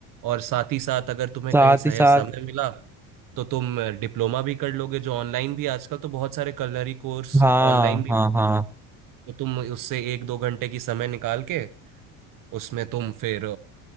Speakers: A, on the right; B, in the centre.
A: और साथ ही साथ अगर तुम्हें
B: साथ
A: कहीं सही
B: ही साथ
A: समय मिला तो तुम डिप्लोमा भी कर लोगे जो ऑनलाइन भी आजकल तो बहुत सारे कलरी कोर्स
B: हाँ
A: ऑनलाइन भी
B: हाँ हाँ
A: तो तुम उससे एक दो घंटे की समय निकाल के उसमें तुम फिर